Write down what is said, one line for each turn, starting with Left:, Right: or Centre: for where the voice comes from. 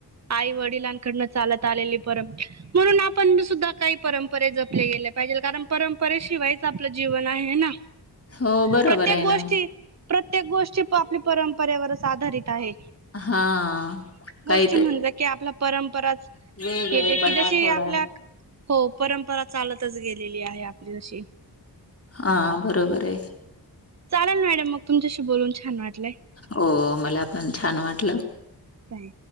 Right: आई वडिलांकडनं चालत आलेली परंपरा म्हणून आपण सुद्धा काही परंपरा जपले गेले पाहिजे कारण परंपरे शिवायचं आपलं जीवन आहे ना.
Left: हो बरोबर
Right: प्रत्येक
Left: आहे
Right: गोष्टी
Left: ना.
Right: प्रत्येक गोष्टी आपली परंपरेवरच आधारित आहे.
Left: हा काय,?
Right: म्हणत की आपला परंपराच
Left: वेगळेपणा
Right: येते की जशी
Left: थोडा.
Right: आपल्या. हो परंपरा चालतचं गेलेली आहे आपली जशी
Left: हा बरोबर आहे.
Right: चालेल मॅडम मग तुमच्याशी बोलून. छान वाटलंय
Left: हो मला पण छान वाटलं.
Right: काय.